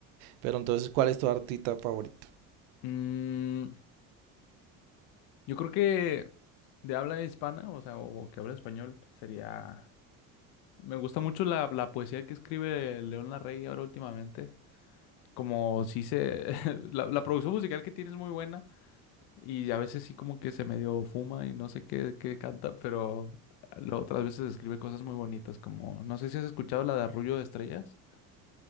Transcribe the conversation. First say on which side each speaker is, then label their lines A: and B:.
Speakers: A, on the right; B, on the left.
A: Pero entonces, ¿cuál es tu artista favorito?
B: Mm, Yo creo que de habla hispana, o sea, o, que habla español, sería... Me gusta mucho la, la poesía que escribe León Larrey ahora últimamente. Como si se... <laughs> La, la producción musical que tiene es muy buena y a veces sí como que se medio fuma y no sé qué, qué canta, pero lo- otras veces escribe cosas muy bonitas como... No sé si has escuchado la de Arrullo de Estrellas.